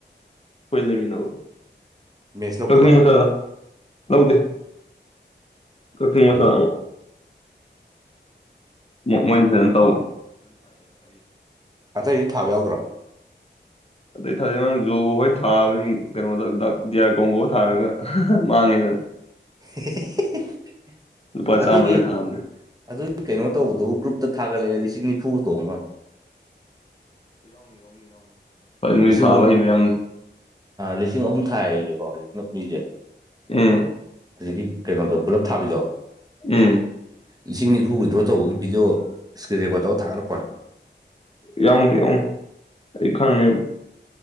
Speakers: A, on the left; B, on the right.
A: ꯐꯣꯏ ꯂꯩꯃꯤꯟꯅꯕ
B: ꯃꯦꯠꯁ ꯂꯧꯗꯕ
A: ꯇꯖꯅꯤ ꯃꯁꯂ ꯂꯎꯗ ꯀ
B: ꯈꯪꯗꯦ
A: ꯃꯁ ꯑꯃ ꯃꯣꯏꯗꯤ ꯐꯖꯅ ꯇꯧꯋ
B: ꯑꯇꯩꯗꯤ ꯊꯥꯕ ꯌꯥꯎꯗ꯭ꯔꯣ
A: ꯑꯗꯩ ꯊꯥꯖꯛꯅꯥꯡ ꯖꯣꯒ ꯍꯣꯏ ꯊꯥꯕꯅꯤ ꯀꯩꯅꯣꯗ ꯖꯤꯌꯥꯔ ꯀꯣꯡꯒꯣ ꯊꯥꯔꯒ ꯃꯥꯡꯉꯦꯗꯅ
B: <inaudible>
A: ꯂꯨꯄꯥ
B: ꯑꯗꯨꯒꯤ
A: ꯆꯥꯝꯃꯒ ꯊꯥꯕꯅꯦ
B: ꯑꯗꯨꯒꯤ ꯀꯩꯅꯣ ꯇꯧꯕꯗꯨꯕꯨ ꯒ꯭ꯔꯨꯞꯇ ꯊꯥꯒꯠꯂꯛꯒ ꯂꯤꯁꯤꯡ ꯆꯅꯤ ꯐꯨꯒꯇꯣ ꯑꯃ
A: ꯃꯤ
B: ꯂꯤꯁꯤꯡ
A: ꯊꯥꯕ
B: ꯑꯍꯨꯝ
A: ꯍꯕ ꯌꯥꯝꯅꯤ
B: ꯂꯤꯁꯤꯡ ꯑꯍꯨꯝ ꯊꯥꯏꯅꯦꯀꯣ ꯍꯧꯖꯤꯛ ꯃꯤꯁꯦ
A: ꯎꯝ
B: ꯍꯧꯖꯤꯛꯀꯤ ꯀꯩꯅꯣꯗꯣ ꯄꯨꯜꯂꯞ ꯊꯥꯕꯤꯌꯛꯑꯣ
A: ꯎꯝ
B: ꯂꯤꯁꯤꯡꯅꯤꯐꯨ ꯋꯤꯗ꯭ꯔꯣ ꯇꯧꯕꯒꯤ ꯚꯗꯤꯑꯣ ꯏꯁꯀ꯭ꯔꯤꯟ ꯔꯦꯀꯣꯔꯗ ꯇꯧ ꯊꯒꯠꯂꯛꯄꯅꯦ
A: ꯌꯥꯎ ꯌꯥꯎ ꯑꯩ ꯈꯪꯉ